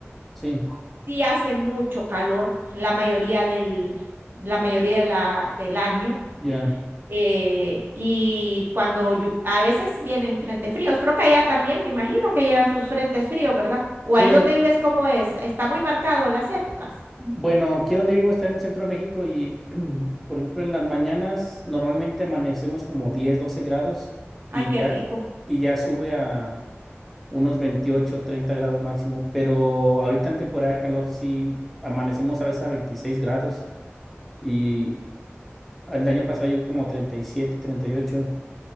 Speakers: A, in the centre; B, on the right.
A: Sí,
B: sí hace mucho calor la mayoría del, la mayoría de la- del año
A: ya.
B: eh, y cuando llu- a veces vienen frentes fríos, creo que allá también me imagino que llegan sus frentes fríos, ¿verdad? O
A: Sí,
B: ahí donde vives, ¿cómo es? Está muy marcado las épocas.
A: bueno, aquí donde vivo está en el centro de México y, <clears throat> por ejemplo, en las mañanas normalmente amanecemos como 10, 12 grados y
B: Ay, qué
A: ya,
B: rico.
A: y ya sube a unos 28, 30 grados máximo, pero ahorita en temporada de calor sí amanecemos a veces a 26 grados Y el año pasado llegó como treinta treinta y siete, treinta y ocho.